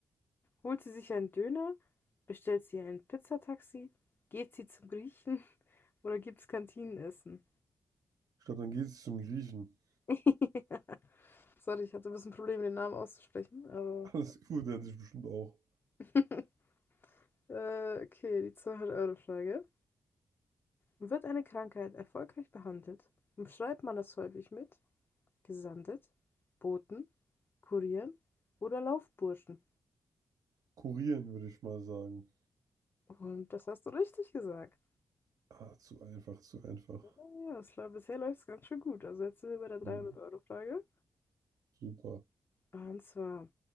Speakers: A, on the left; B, on the right.
A: holt sie sich einen Döner, bestellt sie ein Pizzataxi, geht sie zum Griechen <laughs> oder gibt's Kantinenessen?
B: Ich glaube, dann geht es zum Griechen.
A: <laughs> Sorry, ich hatte ein bisschen Probleme, den Namen auszusprechen, aber
B: Alles gut, der hat sich bestimmt auch
A: <laughs> äh, okay, die zweihundert euro frage Wird eine Krankheit erfolgreich behandelt, umschreibt man das häufig mit Gesandet, Boten, Kurieren oder Laufburschen.
B: kurieren, würde ich mal sagen.
A: Und das hast du richtig gesagt.
B: Ah, zu einfach, zu einfach.
A: Ja, das, läuft- bisher läuft es ganz schön gut. Also jetzt sind wir bei der 300-Euro-Frage.
B: Mhm. Super.
A: Und zwar